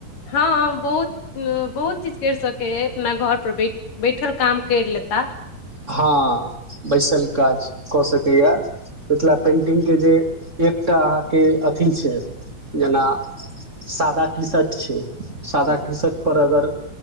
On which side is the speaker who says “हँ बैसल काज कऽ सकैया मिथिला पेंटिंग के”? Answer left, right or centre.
Right